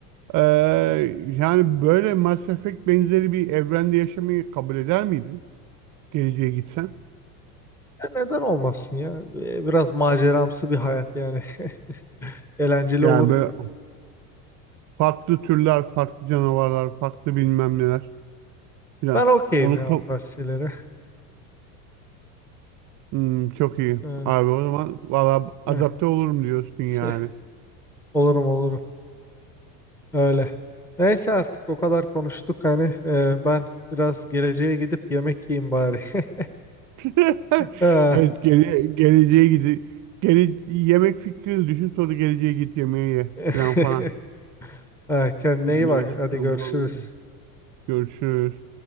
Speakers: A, on the right; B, in the centre.
A: Ee, yani böyle Mass Effect benzeri bir evrende yaşamayı kabul eder miydin geleceğe gitsen
B: Ya neden olmasın ya? Ee, Biraz maceramsı bir hayat yani. <laughs> Eğlenceli
A: yani
B: olur gibi.
A: böyle Farklı türler, farklı canavarlar, farklı bilmem neler filan.
B: Ben okeyim
A: Onu ka-
B: ya o tarz şeylere.
A: Hmm, çok iyi.
B: Ee,
A: Abi o zaman valla
B: eh,
A: adapte olurum diyorsun
B: <laughs>
A: yani.
B: Olurum olurum. Öyle. Neyse artık o kadar konuştuk hani. e, ben biraz geleceğe gidip yemek yiyeyim bari. <laughs>
A: <laughs>
B: Ee,
A: Evet gele geleceğe gidi gele yemek fikrini düşün sonra geleceğe git yemeğe ye
B: <laughs>
A: filan falan.
B: eh, Kendine
A: Değişik
B: iyi bak. Hadi
A: durumlar.
B: görüşürüz.
A: Görüşürüz.